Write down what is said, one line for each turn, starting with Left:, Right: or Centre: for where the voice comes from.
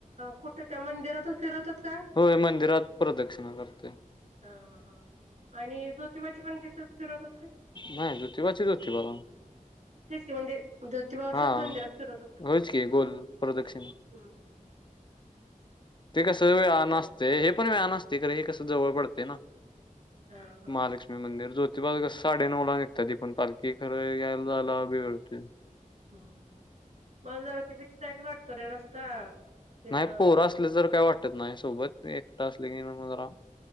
Right: कुठे त्या मंदिरातच फिरतात का?
Left: होय मंदिरात प्रदक्षिणा करते.
Right: ह हां हां,, आणि ज्योतिबाची पण तिथेच फिरवत
Left: नाही ज्योतिबाची ज्योतिबाला.
Right: तेच की, म्हणजे ज्योतिबावरच्याच
Left: हा
Right: मंदिरात फिरवतात का.
Left: होयच की गोल प्रदक्षिणा.
Right: हम हम,
Left: ते कसं वेळानं
Right: ते
Left: असतं हे पण वेळाने असतं. ते का नाही कस जवळ पडते ना
Right: हा हा
Left: महालक्ष्मी
Right: हा.
Left: मंदिर जो ''--'' ते बघा कसं साडे नऊ ला निघतात ती पण पालखी खरं यायला झाला वेळ होतं.
Right: हम, मला जरा त भीती तयक वाटतो रे रस्ता. तिथं
Left: नाही पोर असलं जर काय वाटतत नाही सोबत एकटं असले की, जरा.